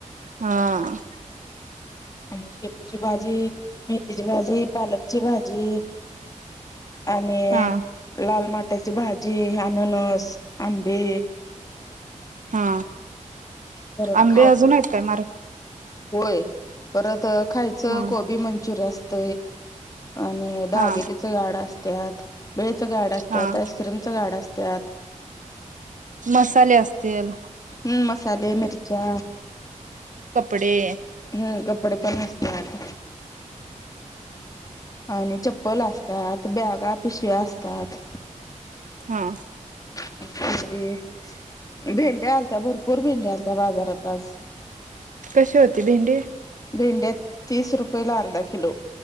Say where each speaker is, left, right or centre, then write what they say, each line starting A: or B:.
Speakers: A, on the right (about 75°); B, on the left (about 25°).
A: हा..
B: आणि शेपूची भाजी. मेथीची भाजी पालकची भाजी आणि
A: हा
B: लाल माटाची भाजी, अननस, आंबे,
A: हा
B: परत
A: आंबे
B: खायचं
A: अजून आहेत काय मार
B: होय परत खायचं
A: हा
B: कोबी मंचुरिया असत आणि दाबेलीचं
A: हा
B: गाड असतात भेळचं गाड असतात
A: हा
B: आईस्क्रीमचं गाड असतात.
A: मसाले असतील
B: हम मसाले, मिरच्या.
A: कपडे.
B: हम् कपडे पण असत्यात. आणि चप्पल असतात बॅगा पिशव्या असतात.
A: हा.
B: अ <unintelligible> <unintelligible> भेंड्या आलत्या भरपूर भेंडे्या आलत्या बाजारात आज.
A: कशी होती भेंडी?
B: भेंड्यात तीस रुपयेला अर्धा किलो.